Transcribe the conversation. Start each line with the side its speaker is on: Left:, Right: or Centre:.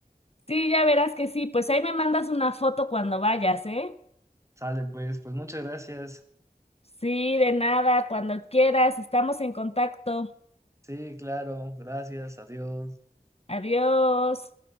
Left: Sí, ya verás que sí. Pues ahí me mandas una foto cuando vayas, ¿eh?
Right: Sale pues, pues muchas gracias.
Left: Sí, de nada, cuando quieras. Estamos en contacto.
Right: Sí, claro, gracias, adiós.
Left: Adiós.